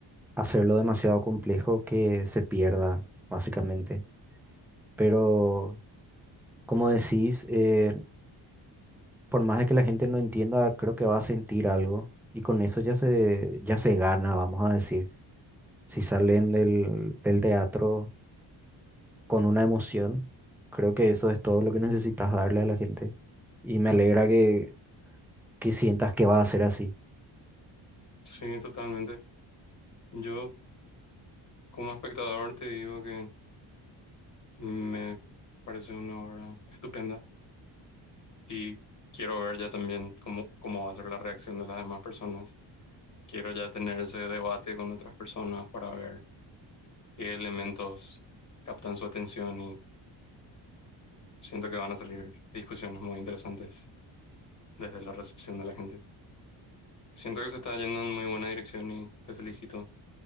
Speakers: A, in the centre; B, on the left.
A: hacerlo demasiado complejo que se pierda, básicamente. Pero, como decís, eh, por más de que la gente no entienda, creo que va a sentir algo y con eso ya se, ya se gana, vamos a decir. Si salen del, del teatro con una emoción, creo que eso es todo lo que necesitas darle a la gente y me alegra que, que sientas que va a ser así.
B: Sí, totalmente. Yo como espectador te digo que... Me parece una obra estupenda y quiero ver ya también cómo, cómo va a ser la reacción de las demás personas. Quiero ya tener ese debate con otras personas para ver qué elementos captan su atención y siento que van a salir discusiones muy interesantes desde la recepción de la gente. Siento que se está yendo en muy buena dirección y te felicito